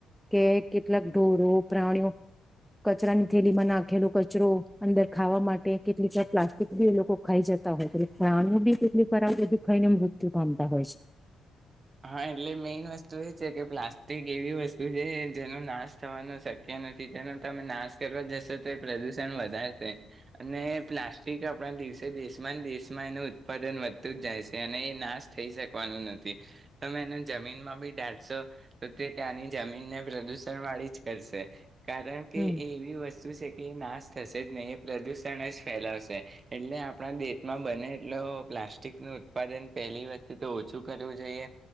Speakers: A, in the centre; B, on the right (about 35°).
A: કે કેટલાક ઢોરો પ્રાણીઓ કચરાની થેલીમાં નાખેલો કચરો અંદર ખાવા માટે કેટલીક પ્લાસ્ટિક બી એ લોકો ખાઈ જત તા હોય પ્રાણીઓ બી કેટલી ખરાબ રીતે ખાઈને મૃત્યુ પામતા હોય છે.
B: હા એટલે મેઈન વસ્તુ એ છે કે પ્લાસ્ટિક એવી વસ્તુ છે જેનો નાશ થવાનો શક્ય નથી તેનો તમે નાશ કરવા જશો તો એ પ્રદુષણ વધારશે અને પ્લાસ્ટિક આપણા દિવસે દેશમાં દેશમાં એનું ઉત્પાદન વધતું જ જાય છે અને એ નાશ થઈ શકવાનો નથી. તમે એને જમીનમાં બી ડાટશો તો તે ત્યાંની જમીનને પ્રદુષણ વાળી જ કરશે. કારણ કે
A: હમ
B: એવી વસ શું છે કે એ નાશ થશે જ નય એ પ્રદુષણ જ ફેલાવશે એટલે આપણા દેેશમાં બને એટલે પ્લાસ્ટિકનો ઉત્પાદન પહેલી વસ્તુ તો ઓછું કરવું જોઈએ.